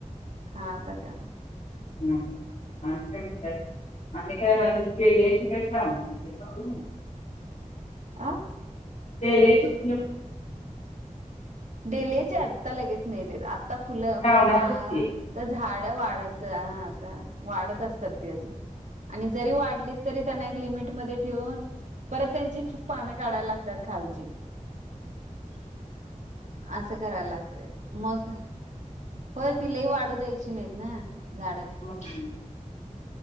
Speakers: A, on the right; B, on the left.
A: हा आता का?
B: हम्म आज काल आणि काय म्हणे तिथे यायचे काय म्ह
A: आं..
B: ते यायचे फुलं
A: डेलीचे आत्ता लगेच नाही ते आत्ता फुलं
B: श्रावणातच
A: पा
B: की
A: तर झाड वाढत आता वाढत असतात ती अजून आणि जरी वाढली तरी त्यांना एक लिमिटमध्ये ठेऊन परत त्यांची पानं काढायला लागतात खालची असं करायला लागतंय मग. होय तिलई वाढू द्यायची नाहीत ना झाड.
B: हम्म.